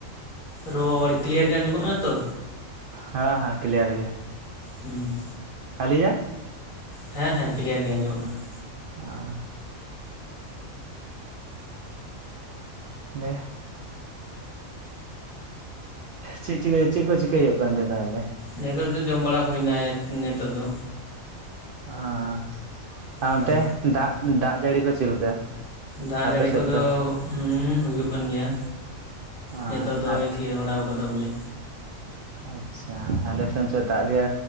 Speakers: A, on the left; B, on the right.
A: ᱨᱚᱲ ᱠᱞᱤᱭᱟᱨ ᱜᱮ ᱟᱸᱡᱚᱢᱚᱜ ᱠᱟᱱᱟ ᱛᱚ?
B: ᱦᱮᱸ ᱦᱮᱸ ᱠᱞᱤᱭᱟᱨ ᱜᱮ᱾
A: ᱦᱩᱸ᱾
B: ᱟᱞᱮᱭᱟᱜ?
A: ᱦᱮᱸ ᱦᱮᱸ ᱠᱞᱤᱭᱟᱨ ᱜᱮ ᱟᱸᱡᱚᱢᱚᱜ ᱠᱟᱱᱟ ᱾
B: ᱟ ᱞᱮ ᱪᱮᱫ ᱪᱤᱠᱟᱹᱭ ᱪᱮᱫ ᱠᱚ ᱪᱤᱠᱟᱹᱭ ᱦᱩᱭᱩᱜ ᱠᱟᱱ ᱛᱟᱦᱮᱸ ᱛᱟᱦᱚᱞᱮ?
A: ᱱᱤᱛᱚᱜ ᱫᱚ ᱡᱚᱢ ᱵᱟᱲᱟ ᱦᱩᱭᱱᱟ ᱱᱤᱛᱚᱜ ᱫᱚ᱾
B: ᱟ᱾ ᱟᱨ
A: ᱦᱳᱭ
B: ᱚᱱᱛᱮ ᱫᱟᱜ ᱫᱟᱜ ᱡᱟᱹᱲᱤ ᱠᱚ ᱪᱮᱫᱞᱮᱠᱟ
A: ᱫᱟᱜ
B: ᱟᱯᱮ
A: ᱡᱟᱹᱲᱤ
B: ᱥᱮᱫ
A: ᱠᱚᱫᱚ
B: ᱫᱚ?
A: ᱦᱩᱸ ᱦᱩᱭᱩᱜ ᱠᱟᱱ ᱜᱮᱭᱟ
B: ᱟᱨ
A: ᱱᱤᱛᱚᱜ ᱫᱚᱭ ᱛᱷᱤᱭᱟᱹ ᱵᱟᱲᱟ ᱟᱠᱟᱫᱟ ᱵᱚᱞᱮ᱾
B: ᱟᱪᱪᱷᱟ ᱟᱞᱮ ᱥᱮᱱ <unintelligible> ᱫᱟᱜ ᱜᱮ